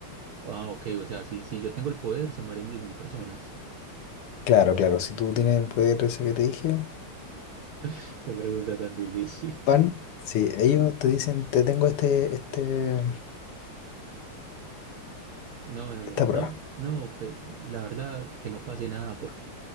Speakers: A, on the right (about 85°); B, on the left (about 85°).
A: ah, ok, o sea, si, si yo tengo el poder, se mueren 10.000 personas.
B: Claro, claro, si tú tienes el poder ese que te dije,
A: <laughs> Qué pregunta tan difícil.
B: van,
A: <laughs>
B: si ellos te dicen, te tengo este, este,
A: No, no,
B: esta
A: no,
B: prueba.
A: no, no, pues la verdad que no pase nada porque